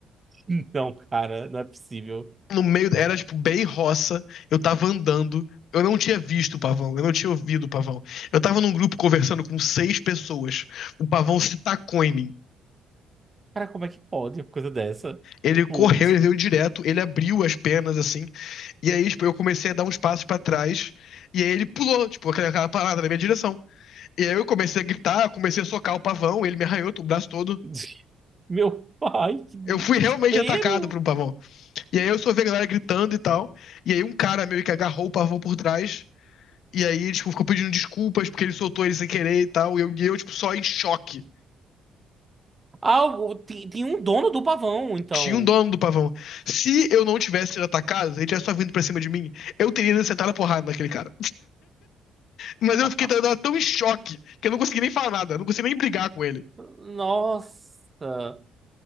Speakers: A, on the right (about 20°); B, on the left (about 65°).
A: Então, cara, não é possível.
B: No meio, era tipo bem roça, eu tava andando, eu não tinha visto o pavão, eu não tinha ouvido o pavão. Eu tava num grupo conversando com seis pessoas, o pavão se tacou em mim.
A: Cara, como é que pode uma coisa dessa?
B: Ele correu,
A: Pô,
B: ele veio direto, ele abriu as penas assim, E aí, tipo, eu comecei a dar uns passos pra trás. E aí ele pulou, tipo, aquela, aquela parada na minha direção. E aí eu comecei a gritar, comecei a socar o pavão, ele me arranhou o braço todo.
A: <laughs> meu pai, que desespero!
B: Eu fui realmente atacado por um pavão. E aí eu só vi a galera gritando e tal. E aí um cara meio que agarrou o pavão por trás. E aí, tipo, ficou pedindo desculpas porque ele soltou ele sem querer e tal. E eu, e eu tipo, só em choque.
A: Ah, o- tem, tem um dono do pavão, então.
B: Tinha um dono do pavão. Se eu não tivesse sido atacado, se ele tivesse só vindo pra cima de mim, eu teria sentado a porrada naquele cara. Mas eu
A: <laughs>
B: fiquei eu tava tão em choque que eu não consegui nem falar nada, eu não consegui nem brigar com ele.
A: Nossa!